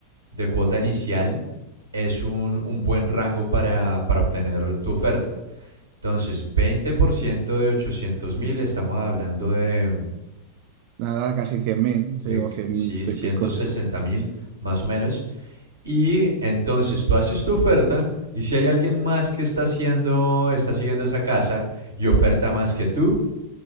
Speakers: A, on the right (about 80°); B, on the right (about 45°).
A: de cuota inicial es un, un buen rango para, para obtener tu oferta. Entonces, 20% de 800 mil, estamos hablando de,
B: Nada, casi 100 mil,
A: de
B: sí, o 100
A: sí, 160
B: y pico. sí.
A: mil más o menos. Y entonces tú haces tu oferta y si hay alguien más que está haciendo, está siguiendo esa casa y oferta más que tú,